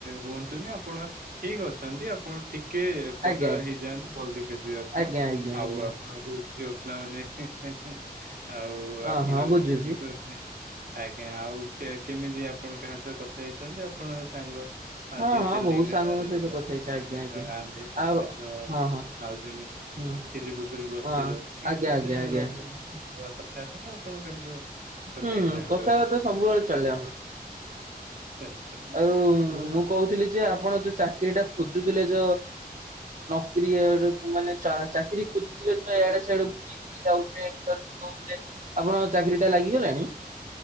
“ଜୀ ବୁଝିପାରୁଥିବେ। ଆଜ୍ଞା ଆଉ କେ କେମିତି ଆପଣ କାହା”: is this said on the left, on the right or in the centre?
Right